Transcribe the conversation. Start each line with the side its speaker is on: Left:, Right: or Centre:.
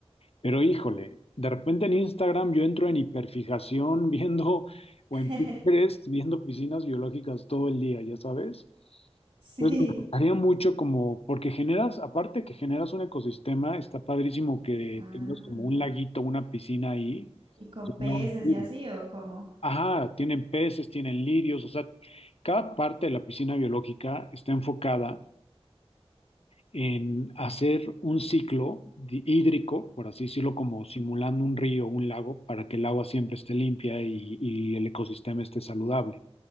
Left: Pero híjole, de repente en Instagram yo entro en hiperfijación <laughs> viendo o
Right: <laughs>
Left: en Pinterest viendo piscinas biológicas todo el día, ya sabes.
Right: sí,
Left: Entonces me gustaría mucho como, porque generas, aparte que generas un ecosistema, está padrísimo que
Right: ah,
Left: tengas como un laguito, una piscina ahí.
Right: y con
Left: llena
Right: peces
Left: de lirios.
Right: y así, o como,
Left: Ajá, tienen peces, tienen lirios, o sea, cada parte de la piscina biológica está enfocada en hacer un ciclo di- hídrico, por así decirlo, como simulando un río o un lago, para que el agua siempre esté limpia y, y el ecosistema esté saludable.